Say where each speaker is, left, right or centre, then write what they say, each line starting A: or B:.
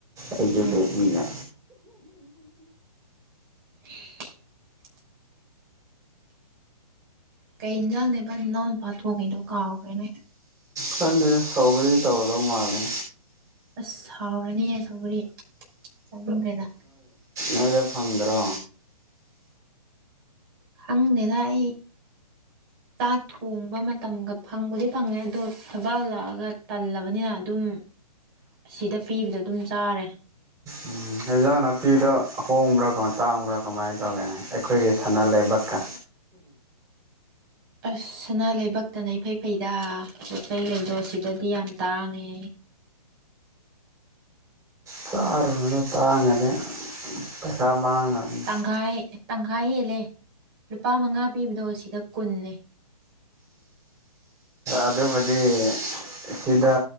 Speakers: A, on the right; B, on the right.
A: ꯑꯩꯒꯤ
B: ꯎꯝ
A: ꯕꯦꯕꯤꯅ
B: <inaudible> ꯀꯩ ꯏꯟꯖꯥꯡꯅꯦ ꯕ ꯏꯅꯥꯎ ꯅꯨꯄꯥ ꯊꯣꯡꯉꯤꯗꯣ ꯀꯥꯎꯈ꯭ꯔꯦꯅꯦ
A: ꯈꯪꯗꯦ ꯁꯧꯒꯔꯤ ꯇꯧꯗꯧ ꯃꯥꯜꯂꯦ
B: ꯑꯁ ꯍꯥꯎꯔꯅꯤꯍꯦ ꯁꯧꯒ꯭ꯔꯤ ꯆꯪꯅꯤꯡꯈ꯭ꯔꯦꯗ
A: ꯅꯣꯏꯗꯤ ꯐꯪꯗ꯭ꯔꯣ
B: ꯈꯪꯗꯦꯗ ꯑꯩ ꯆꯥꯛ ꯊꯣꯡꯕ ꯃꯇꯝꯒ ꯐꯪꯕꯨꯗꯤ ꯐꯪꯉꯦ ꯑꯗꯣ ꯊꯕꯛ ꯍꯜꯂꯛꯑꯒ ꯇꯜꯂꯕꯅꯤꯅ ꯑꯗꯨꯝ ꯁꯤꯗ ꯄꯤꯕꯗꯣ ꯑꯗꯨꯝ ꯆꯥꯔꯦ
A: ꯎꯝ ꯍꯖꯥꯡ ꯅꯥꯄꯤꯗ ꯑꯍꯣꯡꯕ꯭ꯔꯥ ꯀꯃꯥꯏ ꯇꯥꯡꯕ꯭ꯔꯥ ꯀꯃꯥꯏꯅ ꯇꯧꯒꯦꯅꯦ ꯑꯈꯣꯏꯒꯤ ꯁꯅꯥ ꯂꯩꯕꯥꯛꯀ
B: ꯑꯁ ꯁꯅꯥ ꯂꯩꯕꯛꯇꯅ ꯏꯐ ꯐꯩꯗ <unintelligible> ꯁꯤꯗꯗꯤ ꯌꯥꯝ ꯇꯥꯡꯉꯦ
A: ꯆꯔꯨꯅꯨꯗ ꯇꯥꯡꯉꯅꯤ ꯄꯩꯁꯥ ꯃꯥꯡꯅꯕꯅꯤ
B: ꯇꯪꯈꯥꯏ ꯇꯪꯈꯥꯏ ꯍꯦꯜꯂꯦ ꯂꯨꯄꯥ ꯃꯉꯥ ꯄꯤꯕꯗꯣ ꯁꯤꯗ ꯀꯨꯟꯅꯦ
A: ꯑꯗꯨꯕꯨꯗꯤ ꯁꯤꯗ